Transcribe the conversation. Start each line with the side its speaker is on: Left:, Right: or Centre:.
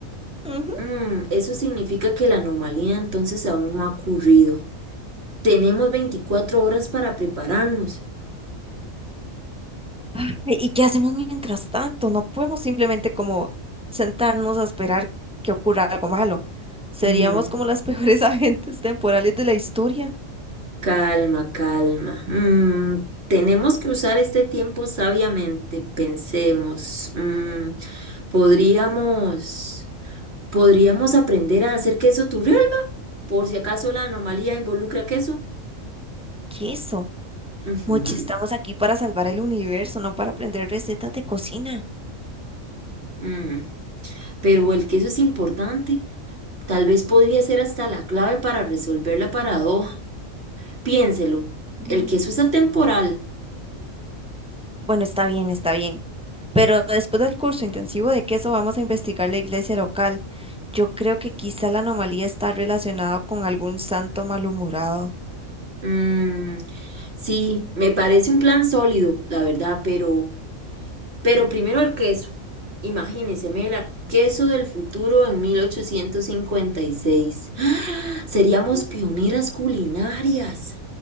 Centre: Ujú.
Right: Mm, eso significa que la anomalía entonces aún no ha ocurrido. Tenemos veinticuatro horas para prepararnos.
Centre: Ay, ¿Y qué hacemos mientras tanto? No podemos simplemente como sentarnos a esperar que ocurra algo malo. Seríamos
Right: Mm,
Centre: como las peores <laughs> agentes temporales de la historia.
Right: calma, calma. Mm, tenemos que usar este tiempo sabiamente. Pensemos. Mm, podríamos, podríamos aprender a hacer queso turrial. Por si acaso la anomalía involucra queso.
Centre: ¿Qué es eso?
Right: Ujú,
Centre: Mochi, estamos aquí para salvar el universo, no para aprender recetas de cocina.
Right: mm. Pero el queso es importante. Tal vez podría ser hasta la clave para resolver la paradoja. Piénselo.
Centre: Mm.
Right: El queso es atemporal.
Centre: Bueno, está bien, está bien. Pero después del curso intensivo de queso vamos a investigar la iglesia local. Yo creo que quizá la anomalía está relacionada con algún santo malhumorado.
Right: Mm, sí, me parece un plan sólido, la verdad, pero, pero primero el queso. Imagínense, Mela, queso del futuro en 1856. ¡Ah! <gasps> Seríamos
Centre: <laughs>
Right: pioneras culinarias.